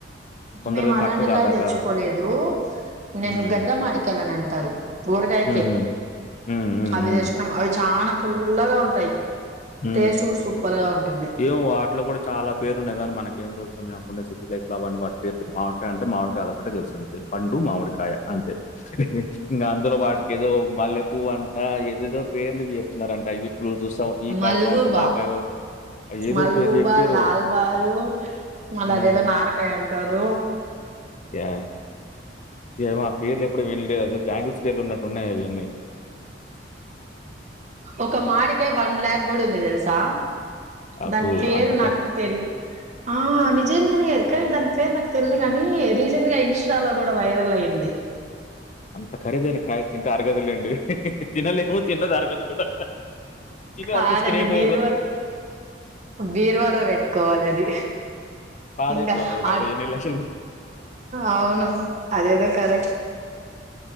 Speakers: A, on the left; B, on the right.
A: తొందరగా
B: మేము అలాంటికాయ
A: కట్టు గాదాక.
B: తెచ్చుకోలేదు నేను
A: హ్మ్.
B: గద్ద మాటికెళ్ళని అంటారు కూరకాయకే
A: హుహు. హ్మ్. హ్మ్.
B: అవి
A: హ్మ్.
B: తెచ్చుకున్నాం అవి చాలనా పుల్లగా ఉంటాయి
A: హ
B: టేస్ట్ కూడా సూపర్ గా ఉంటుంది
A: ఏమో వాటిలో కూడా చాలా పేరు ఉన్నగాని మనకి ఇ ఏం తెలుసందిేకుండా సిటీ ైక్ లా అ మాడికాయ అంట మాడికా అద ఒకటే తెలుసు అంతే పండు మామిడికాయ అంతే ఇంకా అందులో వాటికి ఏదో మల్లె పువ్ అంటా ఏదేదో పేర్లువి చెప్తున్నారంట యటూ చూస్తా ఉంట ఈ కాకాయ
B: మల్గుబా
A: బాగుంటుంది ఆ కాయ ఏదో
B: మల్గుబా
A: పేరు చెప్పారు.
B: లాల్ బారు అళదేదో
A: ఆ!
B: నారకాయ ఉంటు తాడు
A: ఏ ఏ పేర్లు ఎప్పుడు విళ్డి అద బ్యాం స్కేలు ఉన్నట్టున్నాయి అవన్నీ
B: ఒక మాడికాయ వన్ ల్యాక్ కూడా ఉంది తెలుసా
A: అబ్బో!
B: దాని పేరు
A: అంత క
B: నాకు తెలిదు ఆ నిజంగానే కానీ దాని సార్ నాకు తెలిదు కానీ రీసెంట్ గా ఇన్స్టాలో కూడా వైరల్ అయ్యంది
A: అంత ఖరీదైన కాయ తింటే అరగదులేండి తినలేము తిన్నది అరగదు కూడా తిని
B: కాదండి
A: అరిగించుకొని ఏమో
B: బీరువా బీర్వాలో పెట్టుకోవాలి అది
A: పాడైపోతది
B: ఇంకా
A: కదా!
B: అ
A: ఎన్ని లక్షలు
B: అవును అదేదో కర